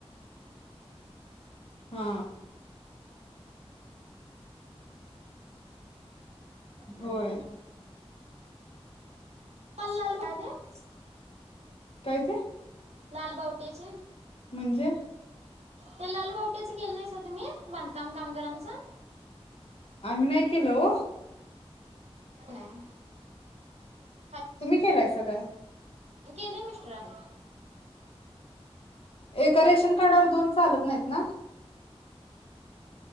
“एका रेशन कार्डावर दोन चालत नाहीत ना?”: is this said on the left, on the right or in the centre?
Left